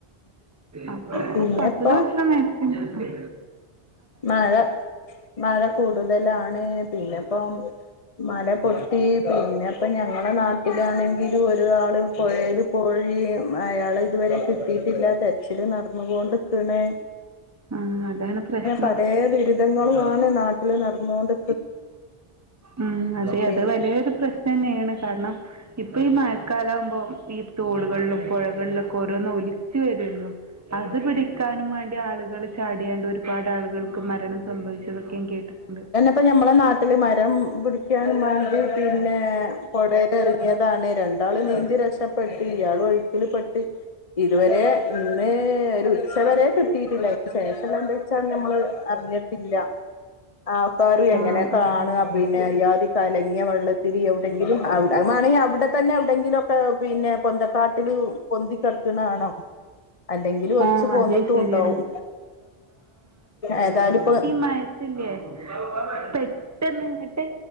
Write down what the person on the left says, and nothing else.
പിന്നെപ്പോ
മഴ മഴ കൂടുതലാണ് പിന്നെപ്പം മല പൊട്ടി പിന്നെ ഇപ്പൊ ഞങ്ങളെ നാട്ടിലാണെങ്കി ഒരാള് പൊയേല് പോയി അയാള് ഇതുവരെ കിട്ടീട്ടില്ല തെരച്ചില് നടന്നങ്കോണ്ട്ക്ക്ണ്
പലേ ദുരിതങ്ങളാണ് നാട്ടിൽ നടന്നോ ണ്ട്
പിൻ
ഇപ്പൊ മ്മളെ നാട്ടില് മരം പിടിക്കാൻ മണ്ടി പിന്നെ പുഴേൽ എറങ്ങിയതാണ് രണ്ടാള് നീന്തി രക്ഷപ്പെ ഇയാൾ ഒഴുക്കിൽ പെട്ട് ഇതുവരെ ഇന്ന് ഒരു ഉച്ച വരെ കിട്ടീട്ടില്ല അതിന് ശേഷം എന്താ വെച്ചാൽ നമ്മള് അറിഞ്ഞിട്ടില്ല ആൾക്കാര് എങ്ങനെയ
കാണാ
പിന്നെ ഇയ്യാദി കലങ്ങിയ വെള്ളത്തില് എവിടെ എവിടെങ്കിലും അത് മാണെങ്കിൽ അവി അവിടെ തന്നെ എവിടെങ്കിലോക്കെ പിന്നെ പൊന്തക്കാട്ടില് പൊന്തികെടക്ക്ണ കാണും അല്ലെങ്കിൽ ഒലിച്ചു
പോന്ട്ടുണ്ടാകും
ഏതാലും ഇപ്പോ